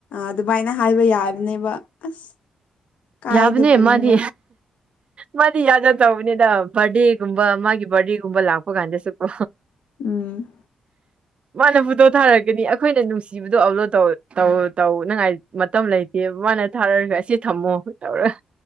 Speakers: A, on the left; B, on the right.
A: ꯑꯗꯨꯃꯥꯏꯅ ꯍꯥꯏꯕ ꯌꯥꯕꯅꯦꯕ ꯑꯁ ꯀꯥꯏꯗꯕꯅꯦꯕ
B: ꯌꯥꯕꯅꯦ ꯃꯥꯗꯤ
A: <inaudible>
B: ꯃꯥꯗꯤ ꯌꯥꯗ ꯇꯧꯕꯅꯤꯗ ꯕꯥꯔꯗꯦꯒꯨꯝꯕ ꯃꯥꯒꯤ ꯕꯥꯔꯗꯦꯒꯨꯝꯕ ꯂꯥꯛꯄ ꯀꯥꯟꯗꯁꯨꯀꯣ
A: ꯎꯝ
B: ꯃꯥꯅ ꯐꯣꯇꯣ ꯊꯥꯔꯛꯒꯅꯤ ꯑꯩꯈꯣꯏꯅ ꯅꯨꯡꯁꯤꯕꯗꯣ ꯑꯞꯂꯣꯗꯧ ꯇꯧ ꯇꯧꯅꯉꯥꯏ ꯃꯇꯝ ꯂꯩꯇꯦ ꯃꯥꯅ ꯊꯥꯔꯒ ꯑꯁꯤ ꯊꯝꯃꯣ ꯇꯧꯔꯒ